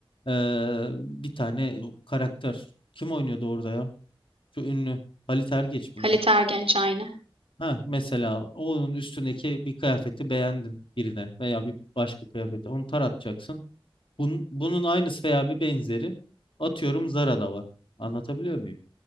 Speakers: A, on the left; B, on the right.
A: eee, bir tane karakter kim oynuyordu orada ya? Şu ünlü Halit Ergenç miydi?
B: Halit Ergenç aynı.
A: Ha mesela onun üstündeki bir kıyafeti beğendin birine veya bir başka kıyafeti onu taratacaksın. Bunun, bunun aynısı veya bir benzeri atıyorum Zara'da var. Anlatabiliyor muyum?